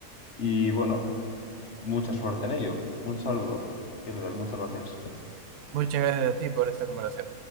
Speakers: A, on the left; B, on the right.
A: y bueno, mucha suerte en ello. Un saludo, Gilbert, muchas gracias.
B: Muchas gracias a ti por esta conversación.